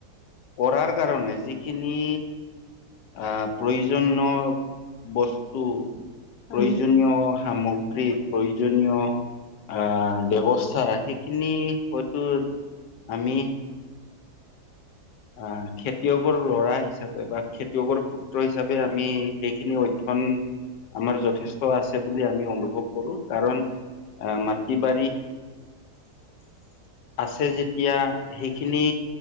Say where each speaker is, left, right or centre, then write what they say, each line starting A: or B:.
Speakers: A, on the left; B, on the left.
A: কৰাৰ কাৰণে যিখিনি আহ প্ৰয়োজনীয় বস্তু প্ৰয়োজনীয়
B: উম।
A: সামগ্ৰী প্ৰয়োজনীয় আহ ব্যৱস্থা সেইখিনি হয়তো আমি আহ খেতিয়কৰ লৰা হিচাপে বা খেতিয়কৰ পুত্ৰ হিচাপে আমি সেইখিনি অধ্য ন আমাৰ যথেষ্ট আছে বুলি আমি অনুভৱ কৰো কাৰণ আহ মাটি বাৰী
B: <inaudible> <inaudible>
A: আছে যেতিয়া সেইখিনি